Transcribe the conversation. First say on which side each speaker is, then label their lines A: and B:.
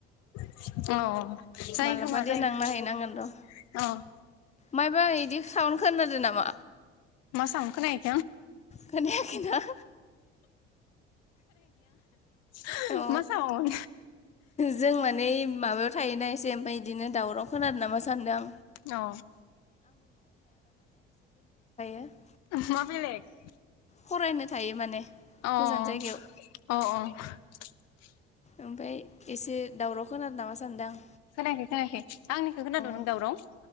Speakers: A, on the left; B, on the left.
A: अ अ जायो
B: मालाबा
A: खोमा
B: देनां
A: जायो।
B: नायहैनांगोन र'
A: औ।
B: मायबा इदि साउनद खोनादों नामा?
A: मा साउनखौनायो?
B: खोनायाखैना।
A: <unintelligible>
B: अ
A: म साउन?
B: जों माने माबायाव थायोना एसे ओमफ्राय बिदिनो दावराव खोनादों नामा? सानदां।
A: अ
B: <unintelligible> <unintelligible>
A: मा बेलेग?
B: फरायनो थायो माने।
A: <unintelligible>
B: गोजान जायगायाव ओमफफ्राय एसे दावराव खोनादों नामा सानदों आं।
A: <unintelligible> आंनि खौ खोनादों नों
B: अ
A: दाउराउ?